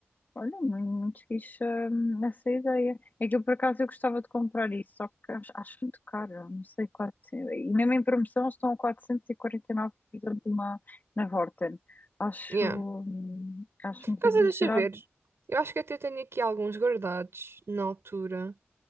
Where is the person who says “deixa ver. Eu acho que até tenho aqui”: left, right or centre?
Right